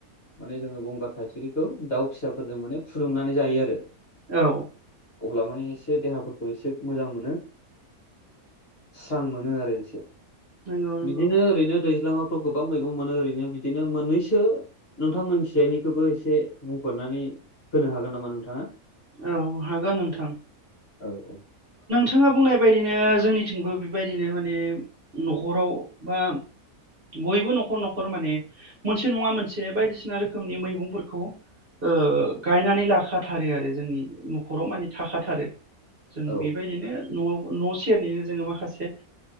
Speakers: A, on the left; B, on the right.
A: माने जोङो गंगार थाइसुरिखौ दाउ फिसाफोरजों माने फुलुंनानै जायो आरो
B: औ
A: अब्ला माने एसे देहाफोरखौ एसे मोजां मोनो। स्रां मोनो आरो इसेयाव
B: नंगौ नंगौ
A: बिदिनो ओरैनो दैज्लाङावथ' गोबां मैगं मोनो ओरैनो बिदिनो मोननैसो नोंथां मोनिथिंजाय निखौबो एसे बुंफोरनानै होनो हागोन नामा नोंथाङा
B: औ हागोन नोंथां।
A: औ औ
B: बिथाङा बुंनाय बायदिनो जोंनिथिंबो बेबायदिनो माने न'खराव बा बयबो न'खर न'खर माने मोनसे नङा मोनसे बायदिसिना रोखोमनि मैगंफोरखौ। ओ गायनानै लाखा थाथारो आरो जोंनि न'खराव माने थाखाथारो जों
A: औ
B: बेबायदिनो
A: औ
B: न' न' सेरनिनो जोङो माखासे